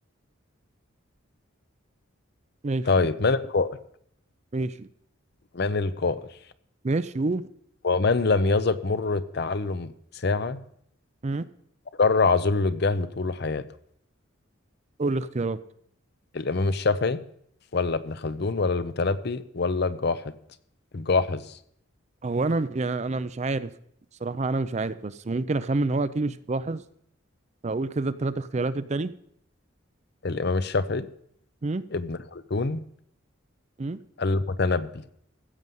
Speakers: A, on the right (about 35°); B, on the left (about 50°).
A: ماشي
B: طيب من القائل
A: ماشي
B: من القائل
A: ماشي قول
B: ومن لم يذق مر التعلم ساعة
A: امم
B: جرع ذل الجهل طول حياته
A: قول الاختيارات
B: الإمام الشافعي ولا ابن خلدون ولا المتنبي ولا الجاحظ الجاحظ
A: هو انا يعني انا مش عارف الصراحه انا مش عارف بس ممكن اخمن إن هو اكيد مش ملاحظ فاقول كده الثلاث اختيارات التاني
B: الإمام الشافعي
A: امم
B: ابن خلدون
A: امم
B: المتنبي